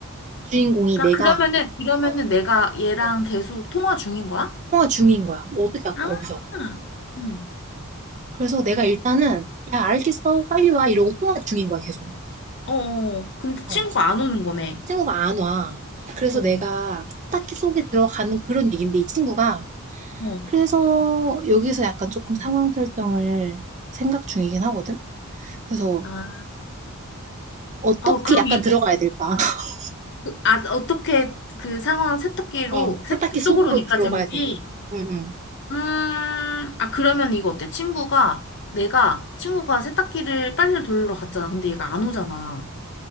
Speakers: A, on the right (about 35°); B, on the left (about 55°).
A: 주인공이
B: 그러니까
A: 내가
B: 그러면은, 그러면은
A: 어,
B: 내가
A: 어,
B: 얘랑 계속 통화 중인 거야?
A: 통화 중인 거야. 뭐 어떻게 아까
B: 아,
A: 거기서.
B: 응.
A: 그래서 내가 일단은 야, 알겠어. 빨리 와. 이러고 통화 중인 거야, 계속.
B: 어, 어. 근데 친구가
A: 어.
B: 안 오는 거네.
A: 친구가 안 와. 그래서
B: 어,
A: 내가 딱히 속에 들어가는 그런 얘기인데 이 친구가
B: 어.
A: 그래서 여기서 약간 조금 상황 설정을 생각 중이긴 하거든. 그래서
B: 아,
A: 어떻게
B: 어, 그럼
A: 약간
B: 이거,
A: 들어가야 될까? <laughs>
B: 아, 어떻게 그 상황 세탁기로,
A: 어,
B: 세탁기
A: 세탁기
B: 속으로니까
A: 속으로 들어가야
B: 제목이?
A: 될까? 응, 응,
B: 음, 아, 그러면 이거 어때? 친구가, 내가, 친구가 세탁기를 빨래를 돌리러 갔잖아. 근데 얘가 안 오잖아.